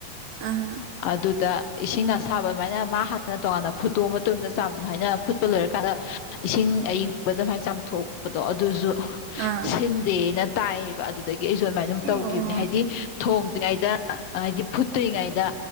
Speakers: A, on the right; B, on the left.
A: ꯑ
B: ꯑꯗꯨꯗ ꯏꯁꯤꯡ ꯑꯁꯥꯕ ꯑꯗꯨꯃꯥꯏꯅ ꯃꯥ ꯍꯥꯟꯅ ꯇꯣꯉꯥꯟꯅ ꯐꯨꯠꯇꯣꯛꯑ ꯃꯇꯨꯡꯗ ꯆꯥꯝ ꯍꯥꯏꯅ ꯐꯨꯠꯄ ꯂꯣꯏꯔꯀꯥꯟꯗ ꯏꯁꯤꯡ ꯑꯏꯤꯡꯕꯗ ꯑꯗꯨꯃꯥꯏꯅ ꯆꯥꯝꯊꯣꯛꯄꯗꯣ ꯑꯗꯨꯁꯨ
A: ꯑꯥ
B: ꯁꯤꯟꯗꯦꯅ ꯇꯥꯏꯌꯦꯕ ꯑꯗꯨꯗꯒꯤ ꯑꯩꯁꯨ ꯑꯗꯨꯃꯥꯏꯅ ꯑꯗꯨꯝ
A: ꯑꯣ
B: ꯇꯧꯈꯤꯕꯅꯦ ꯍꯥꯏꯗꯤ ꯊꯣꯡꯗ꯭ꯔꯤꯉꯩꯗ ꯍꯥꯏꯗꯤ ꯐꯨꯠꯇ꯭ꯔꯤꯉꯩꯗ